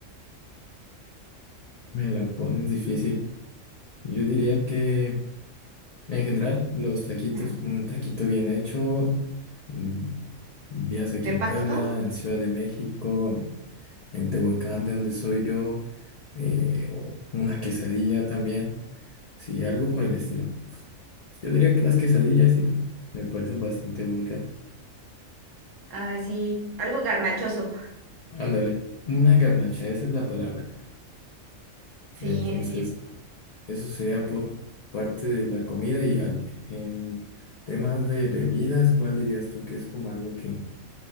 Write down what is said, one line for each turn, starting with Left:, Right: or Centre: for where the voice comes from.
Left: Me lo pones difícil. Yo diría que... En general, los taquitos,
Right: Ajá.
Left: un taquito bien hecho, mm, ya sea aquí
Right: ¿De
Left: en
Right: pasto?
Left: Puebla, en Ciudad de México, en Tehuacán, de donde soy yo, eh, o una quesadilla también, sí, algo por
Right: sí.
Left: el estilo. Yo diría que las quesadillas sí, me parecen bastante únicas.
Right: Ay, sí, algo garnachoso.
Left: Ándale, una garnacha, esa es la palabra.
Right: Sí,
Left: Entonces,
Right: sí.
Left: eso sería por parte de la comida y al- en temas de bebidas, ¿cuál dirías tú que es como algo que